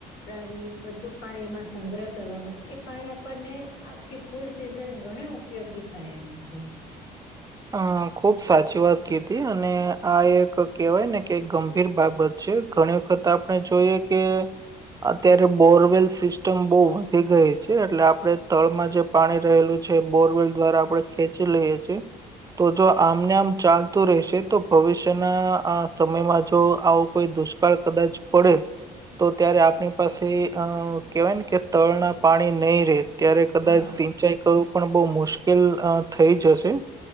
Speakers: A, on the left; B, on the right.
A: પાણી બધું પાણી એમાં સંગ્રહ કરવા એ પાણી આપણને, એ ફૂડ સિઝન ઘણા ઉપયોગી થાય એમ છે,
B: અ ખુબ સાચી વાત કીધી અને આ એક કહેવાય ને કે ગંભીર બાબત છે, ઘણી વખત આપણે જોઈએ કે, અત્યારે બોરવેલ સિસ્ટમ બહુ વધી ગઈ છે, એટલે આપણે તળમાં જે પાણી રહેલું છે, બોરવેલ દ્વારા આપડે ખેંચી લઈએ છીએ. તો જો આમને આમ ચાલતું રહેશે તો ભવિષ્યના સમયમાં જો આવું, કોઈ દુષ્કાળ કદાચ પડે, તો ત્યારે આપણી પાસે અ કેહેવાય નેકે તળના પાણી નહી રહે. ત્યારે કદાચ
A: હા
B: સિંચાઈ કરવું પણ બહુ મુશ્કેલ થઈ જશે,